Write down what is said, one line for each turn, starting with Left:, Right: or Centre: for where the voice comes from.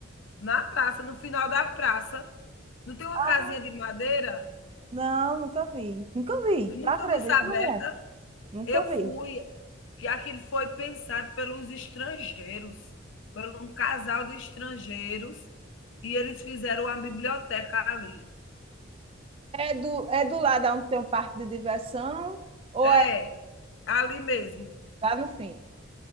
Left: Na praça, no final da praça. Não tem uma
Right: Ah,
Left: casinha de madeira?
Right: não, nunca vi. Nunca vi.
Left: Tu nunca
Right: Tu acredita,
Left: viu isso aberta?
Right: mulher? Nunca
Left: Eu
Right: vi.
Left: fui, que aquilo foi pensado pelos estrangeiros, por um casal de estrangeiros, e eles fizeram uma biblioteca ali.
Right: É do, é do lado onde tem um parque de diversão ou
Left: É,
Right: é
Left: ali mesmo.
Right: lá no fim?